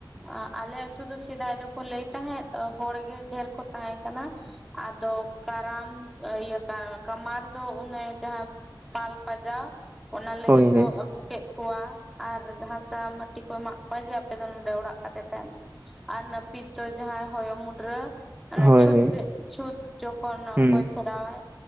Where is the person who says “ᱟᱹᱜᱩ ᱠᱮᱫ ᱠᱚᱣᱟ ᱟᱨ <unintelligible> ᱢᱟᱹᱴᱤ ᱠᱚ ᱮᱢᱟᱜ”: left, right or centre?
Centre